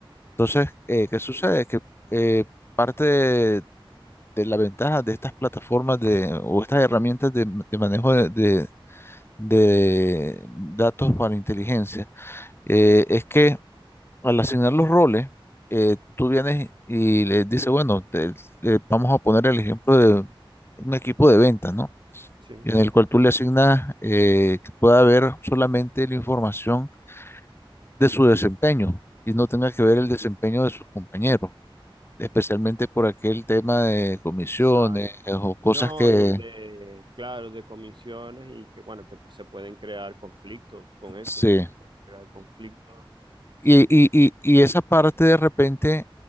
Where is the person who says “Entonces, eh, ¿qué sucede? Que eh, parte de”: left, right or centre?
Left